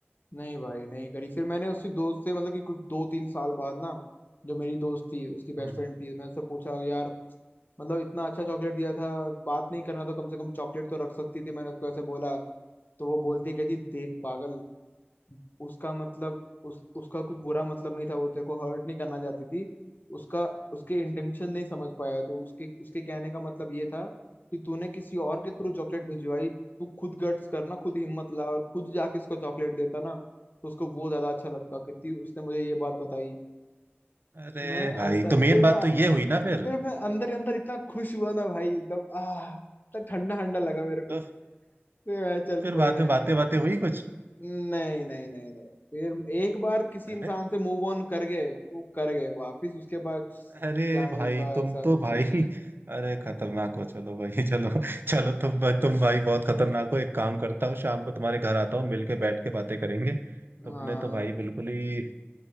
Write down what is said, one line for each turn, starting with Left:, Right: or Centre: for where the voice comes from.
Left: नहीं भाई नहीं करी फिर मैंने उसकी दोस्त से मतलब कि कुछ दो तीन साल बाद ना जो मेरी दोस्त थी उसकी बेस्ट
Right: हम्म
Left: फ्रेंड थी मैं उससे पूछा यार मतलब इतना अच्छा चॉकलेट दिया था बात नहीं करना तो कम से कम चॉकलेट तो रख सकती थी मैंने उसको ऐसे बोला तो वो बोलती कहती देख पागल उसका मतलब उस उसका कुछ बुरा मतलब नहीं था वो तेरे को हर्ट नहीं करना चाहती थी उसका उसके इंटेंशन नहीं समझ पाया तो उसके उसके कहने का मतलब ये था कि तूने किसी और के थ्रू चॉकलेट भिजवाई तू खुद गट्स करना खुद हिम्मत ला और खुद जाके उसको चॉकलेट देता ना तो उसको वो ज्यादा अच्छा लगता कितनी उसने मुझे ये बात बताई
Right: अरे
Left: मैं
Right: भाई
Left: ऐसा
Right: तो मेन
Left: फिर
Right: बात
Left: मैं
Right: तो ये हुई ना फिर
Left: फिर मैं अंदर ही अंदर इतना खुश हुआ ना भाई एकदम आह इतना ठंडा ठंडा लगा मेरे को
Right: तो
Left: फिर मैं, चल
Right: फिर
Left: कोई
Right: बाद
Left: ना
Right: में
Left: यार
Right: बातें बातें हुई कुछ
Left: नहीं नहीं नहीं नहीं फिर एक बार किसी
Right: अरे
Left: इंसान से मूव ऑन कर गए तो कर गए वापिस उसके बाद
Right: अरे
Left: जाने
Right: भाई
Left: का
Right: तुम
Left: ऐसा कुछ
Right: तो भाई
Left: नहीं है।
Right: अरे खतरनाक हो चलो भाई <laughs> चलो चलो तुम तुम भाई बहुत खतरनाक हो एक काम करता हूँ शाम को तुम्हारे घर आता हूँ मिलके बैठ के बातें करेंगे तुमने
Left: हाँ
Right: तो भाई बिल्कुल ही